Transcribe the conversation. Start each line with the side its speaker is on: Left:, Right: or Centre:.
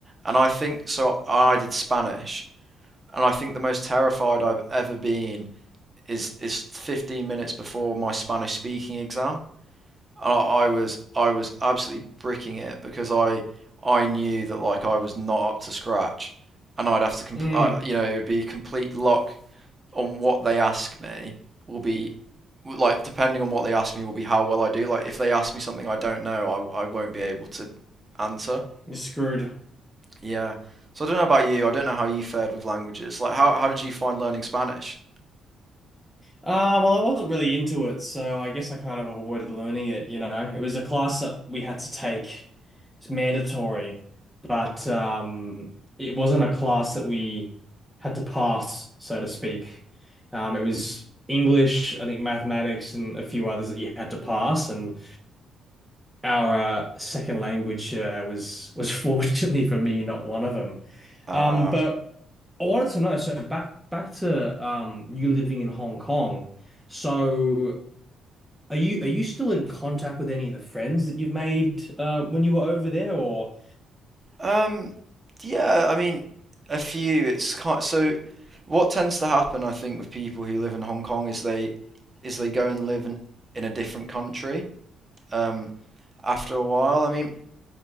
Right: and I think so. I did Spanish, and I think the most terrified I've ever been is is 15 minutes before my Spanish speaking exam. And I, I was I was absolutely bricking it because I I knew that like I was not up to scratch, and I'd have to compl-
Centre: mm,
Right: uh, you know it would be complete luck on what they ask me will be like depending on what they ask me will be how well I do. Like if they ask me something I don't know, I I won't be able to answer.
Centre: you're screwed.
Right: Yeah. So I don't know about you. I don't know how you fared with languages. Like how how did you find learning Spanish?
Centre: Uh, well, I wasn't really into it, so I guess I kind of avoided learning it, you know. It was a class that we had to take. It's mandatory, but um, it wasn't a class that we had to pass, so to speak. Um, it was English, I think mathematics and a few others that you had to pass, and our uh, second language uh, was was <laughs> fortunately for me not one of them.
Right: Uh,
Centre: Um, but I wanted to know, so back back to um, you living in Hong Kong. So are you are you still in contact with any of the friends that you've made uh, when you were over there, or?
Right: um, yeah, I mean, a few. It's kind. so. What tends to happen, I think, with people who live in Hong Kong is they is they go and live in, in a different country um, after a while. I mean,